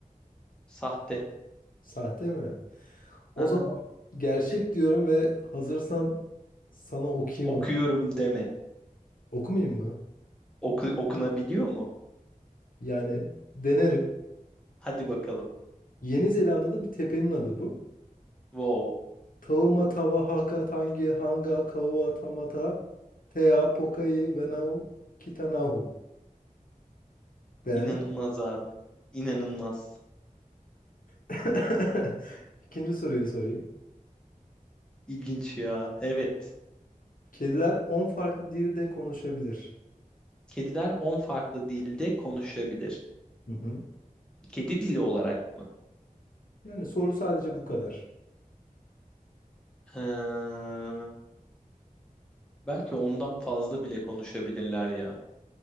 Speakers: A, in the centre; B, on the left.
A: Sahte.
B: Sahte mi? O
A: Aha.
B: zaman gerçek diyorum ve hazırsan sana okuyayım.
A: Okuyorum
B: o-
A: deme.
B: Okumayayım mı?
A: Oku- okunabiliyor mu?
B: Yani denerim.
A: Hadi bakalım.
B: Yeni Zelanda'da bir tepenin adı bu.
A: Wow.
B: Tauma Tava Haka Tangi Hanga Kaua Tamata Tea Pokai Venau Kitanahu. Beğendin?
A: İnanılmaz
B: mi?
A: abi. İnanılmaz.
B: <laughs> İkinci soruyu sorayım.
A: İlginç ya. Evet.
B: Kediler 10 farklı dilde konuşabilir.
A: Kediler 10 farklı dilde konuşabilir.
B: Hı hı.
A: Kedi dili olarak mı?
B: Yani soru sadece bu kadar.
A: Ha, belki ondan fazla bile konuşabilirler ya.